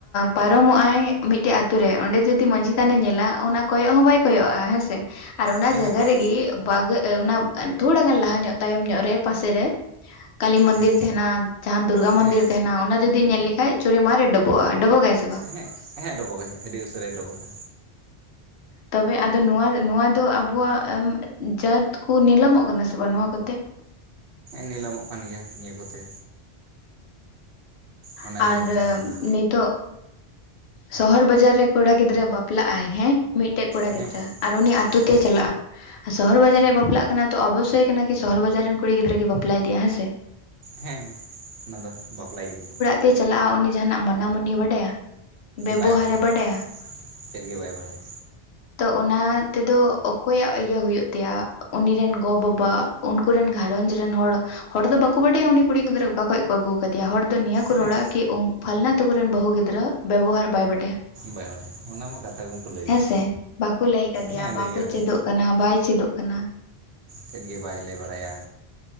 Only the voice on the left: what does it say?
ᱯᱟᱨᱚᱢᱚᱜ ᱟᱭ ᱢᱤᱫᱴᱮᱡ ᱟᱹᱛᱩ ᱨᱮ ᱚᱸᱰᱮ ᱡᱩᱫᱤ ᱢᱟᱺᱡᱷᱤ ᱛᱷᱟᱱᱮ ᱧᱮᱞᱟ, ᱚᱱᱟ ᱠᱚᱭᱚᱜ ᱦᱚᱸ ᱵᱟᱭ ᱠᱚᱭᱚᱜᱼᱟ ᱦᱮᱸᱥᱮ ᱟᱨ ᱚᱱᱟ
ᱡᱟᱭᱜᱟ
ᱨᱮᱜᱮ ᱵᱟᱜ ᱚᱱᱟ ᱛᱷᱚᱲᱟ ᱜᱟᱱ ᱞᱟᱦᱟ ᱧᱚᱜ ᱛᱟᱭᱚᱢ ᱧᱚᱜ ᱨᱮ ᱯᱟᱥᱮᱨᱮ ᱠᱟᱞᱤ ᱢᱚᱱᱫᱤᱨ
ᱛᱟᱦᱮᱱᱟ ᱡᱟᱦᱟᱸᱟᱱ ᱫᱩᱨᱜᱟ
ᱢᱚᱱᱫᱤᱨ ᱛᱟᱦᱮᱱᱟ ᱚᱱᱟ ᱡᱩᱫᱤ ᱧᱮᱞ ᱞᱮᱠᱷᱟᱡ ᱪᱩᱨᱤᱢᱟᱨᱮ ᱰᱚᱵᱚᱜᱼᱟ ᱰᱚᱵᱚᱜᱟᱭ ᱥᱮ ᱵᱟᱝ
ᱛᱚᱵᱮ ᱟᱫᱚ ᱱᱚᱣᱟ ᱱᱚᱣᱟ ᱫᱚ ᱟᱵᱩᱣᱟᱜ ᱡᱟᱹᱛ ᱠᱚ ᱱᱤᱞᱚᱢᱚᱜ ᱠᱟᱱᱟ ᱥᱮ ᱵᱟᱝ ᱱᱚᱣᱟ ᱠᱚᱛᱮ
ᱟᱨ
ᱱᱤᱛᱚᱜ ᱥᱚᱦᱚᱨ ᱵᱟᱡᱟᱨ ᱨᱮ ᱠᱚᱲᱟ ᱜᱤᱫᱽᱨᱟᱹ ᱵᱟᱯᱞᱟᱜ ᱟᱭ ᱦᱮᱸ ᱢᱤᱫᱴᱮᱡ ᱠᱚᱲᱟ
ᱜᱤᱫᱽᱨᱟᱹ ᱟᱨ ᱩᱱᱤ ᱟᱛᱳ
ᱛᱮᱭ ᱪᱟᱞᱟᱜᱼᱟ ᱥᱚᱦᱚᱨ ᱵᱟᱡᱟᱨ ᱨᱮ ᱵᱟᱯᱞᱟᱜ ᱠᱟᱱᱟ ᱛᱚ ᱚᱵᱚᱥᱥᱳᱭ ᱠᱟᱱᱟ ᱠᱤ ᱥᱚᱦᱚᱨᱵᱟᱡᱟᱨ ᱨᱮᱱ ᱠᱩᱲᱤ ᱜᱤᱫᱽᱨᱟᱹ ᱵᱟᱯᱞᱟ ᱤᱫᱤᱜ ᱦᱮᱸ ᱥᱮ
ᱛᱮ ᱪᱟᱞᱟᱜᱼᱟ ᱩᱱᱤ ᱡᱟᱦᱟᱱᱟᱜ ᱢᱟᱱᱟᱢᱚᱱᱤᱭ ᱵᱟᱰᱟᱭᱟ ᱵᱮᱵᱚᱦᱟᱨᱮ
ᱵᱟᱰᱟᱭᱟ
ᱛᱚ ᱚᱱᱟ ᱛᱮᱫᱚ ᱚᱠᱚᱭᱟᱜ ᱤᱭᱟᱹ ᱦᱩᱭᱩᱜ ᱛᱟᱭᱟ ᱩᱱᱤᱭᱟᱠ ᱜᱚ ᱵᱟᱵᱟᱜ ᱩᱱᱠᱩᱨᱮᱱ ᱜᱷᱟᱨᱚᱧᱡᱽ ᱨᱮᱱ ᱦᱚᱲ ᱫᱚ ᱵᱟᱠᱚ ᱵᱟᱰᱟᱭᱟ ᱩᱱᱤ ᱠᱩᱲᱤ ᱜᱤᱫᱽᱨᱟᱹ ᱚᱠᱟ ᱠᱷᱚᱱᱚᱡ ᱠᱚ ᱟᱹᱜᱩ ᱟᱠᱟᱫᱮᱭᱟ ᱦᱚᱲ ᱫᱚ ᱱᱤᱭᱟᱹ ᱠᱚ
ᱨᱚᱲᱟ ᱠᱤ ᱯᱷᱟᱞᱱᱟ ᱛᱟᱠᱚ ᱨᱮᱱᱮᱱ ᱵᱟᱹᱦᱩ ᱜᱤᱫᱽᱨᱟᱹ ᱵᱮᱵᱚᱦᱟᱨ ᱵᱟᱭ ᱵᱟᱰᱟᱭᱟ᱾
ᱦᱮᱸᱥᱮ ᱵᱟᱠᱚ ᱞᱟᱹᱭ ᱠᱟᱫᱮᱭᱟ
ᱵᱟᱠᱚ
ᱪᱮᱫᱚᱜ ᱠᱟᱱᱟ ᱵᱟᱭ ᱪᱮᱫᱚᱜ ᱠᱟᱱᱟ